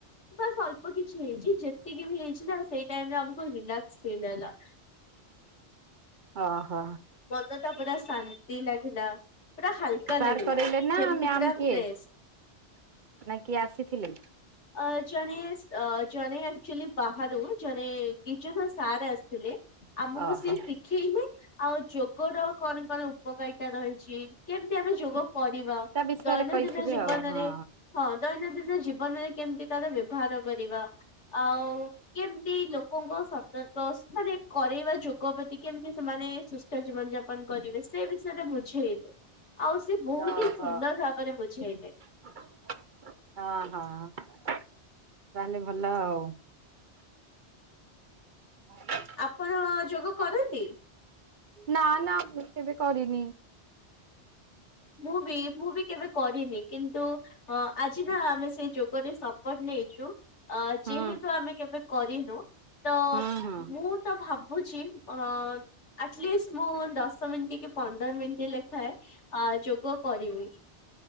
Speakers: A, on the left (about 90°); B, on the right (about 50°).
A: ବାସ୍ ଅଳ୍ପ କିଛି ହେଇଛି ଯେତିକି ବି ହେଇଛି ନା ସେଇ ଟାଇମ୍ ରେ ଆମକୁ ବିନ୍ଦା ସ୍ ଫିଲ ହେଲା।
B: ଅ ହ।
A: ମନ ଟା ପୁରା ଶା ନ୍ତି ଲାଗିଲା ପୁରା ହାଲକା
B: ସାର୍
A: ଲାଗିଲା
B: କରେଇଲେ ନା
A: ଯେମତି
B: ମ୍ୟାାମ
A: ପୁରା
B: କିଏ
A: ଫ୍ରେଶ।
B: ନା କିଏ ଆସିଥିଲେ?
A: ଅ ଜଣେ ଜଣେ ଆଚୁଲି ବାହାରୁ ଜଣେ କିଜନ ସାର ଆସ ଥିଲେ ଆମକୁ
B: ଓହୋ
A: ସିଏ ଶିଖେଇଲେ। ଆଉ ଯୋଗ ର କଣ କଣ ଉପକାରିତା ରହିଛି କେମତି ଆମେ ଯୋଗ କରିବା?
B: ତା ବିଷୟରେ
A: ଦୈନନ୍ଦିନ
B: କହିଥିବେ
A: ଜୀବନରେ
B: ଆଉ ହଁ
A: ହଁ। ଦୈନନ୍ଦିନ ଜୀବନରେ କେମିତି ତାର ବ୍ୟବହାର କରିବା ଆଉ। କେମତି ଲୋକଙ୍କ ସତର୍କ ମାନେ କରେଇବା ଯୋଗ ପ୍ରତି କେମିତି ସେମାନେ। ସୁସ୍ଥ ଜୀବନ ଯାପନ କରିବେ ସେ ବିଷୟରେ ବୁଝେଇଲେ। ଆଉ ସେ ବହୁତ
B: ଓହୋ।
A: ହି ସୁନ୍ଦର ଭାବରେ ବୁଝେଇଲେ।
B: ହଁ ହଁ ତାହେଲେ ଭଲ ଆଉ। <inaudible>
A: ଆପଣ ଯୋଗ କରନ୍ତି?
B: ନା ନା ମୁଁ କେବେ କରିନି।
A: ମୁଁ ବି ମୁଁ ବି କେବେ କରିନି କିନ୍ତୁ ଅ ଆଜି ନା ଆମେ ସେଇ ଯୋ ଗୋ ରେ ସପୋର୍ଟ ନେଇଛୁ
B: ହୁଁ
A: ଯେହେତୁ ଆମେ କେବେ କରିନୁ। ତ
B: ହୁଁ ହୁଁ
A: ମୁଁ ତ ଭାବୁଛି ଅ ଆଟଲିଷ୍ଟ ମୁଁ ଦଶ ମିନିଟ କି ପନ୍ଦର ମିନିଟ ଲେଖାଏ ଯୋଗ କରିବି।